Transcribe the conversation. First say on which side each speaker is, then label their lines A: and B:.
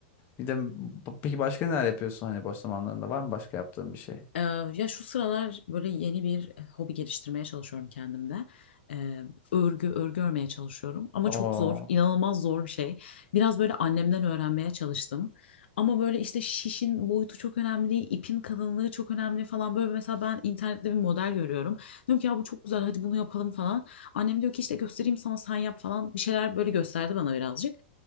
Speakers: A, on the left (about 35°); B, on the left (about 80°).
A: Bir de b- peki başka neler yapıyorsun hani boş zamanlarında var mı başka yaptığın bir şey?
B: Ee, ya şu sıralar böyle yeni bir e, hobi geliştirmeye çalışıyorum kendimde. Ee, örgü, örgü örmeye çalışıyorum. Ama
A: Oo.
B: çok zor, inanılmaz zor bir şey. Biraz böyle annemden öğrenmeye çalıştım. Ama böyle işte şişin boyutu çok önemli, ipin kalınlığı çok önemli falan. Böyle mesela ben internette bir model görüyorum. Diyorum ki ya bu çok güzel hadi bunu yapalım falan. Annem diyor ki işte göstereyim sana sen yap falan. Bir şeyler böyle gösterdi bana birazcık.